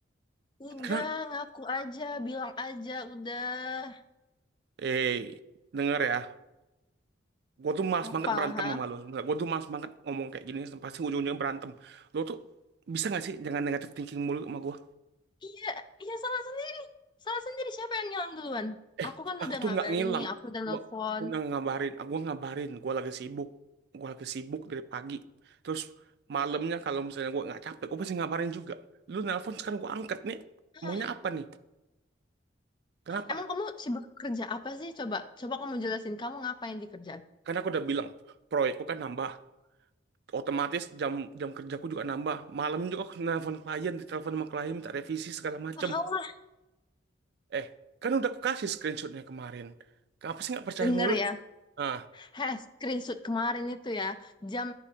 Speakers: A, on the left (about 25°); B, on the right (about 55°).
A: Udah,
B: kenapa?
A: ngaku aja. Bilang aja, udah.
B: Eh, denger ya, gue tuh malas
A: Apa,
B: banget berantem
A: ha?
B: sama lo. Gue tuh malas banget ngomong kayak gini, pasti ujung-ujungnya berantem. Lo tuh bisa gak sih jangan negatif thinking mulu sama gue?
A: Iya, iya salah sendiri. Salah sendiri siapa yang ngilang duluan?
B: eh
A: Aku kan
B: aku
A: udah
B: tuh
A: ngabarin
B: nggak ngilang
A: nih, aku udah nelfon.
B: gua aku udah ngabarin aku ngabarin gua lagi sibuk gua lagi sibuk dari pagi terus malamnya kalau misalnya gua nggak capek gua pasti ngabarin juga lu nelpon sekarang gua angkat nih
A: Ah,
B: maunya apa nih kenapa
A: emang kamu sibuk kerja apa sih? Coba, coba kamu jelasin kamu ngapain di kerjaan.
B: karena aku udah bilang proyekku kan nambah otomatis jam jam kerjaku juga nambah malam juga aku nelpon klien ditelepon sama klien minta revisi segala macem
A: Tahu lah,
B: eh kan udah aku kasih screenshotnya kemarin kenapa sih nggak percaya
A: denger
B: mulu
A: ya.
B: ah
A: Heh, screenshot kemarin itu ya, jam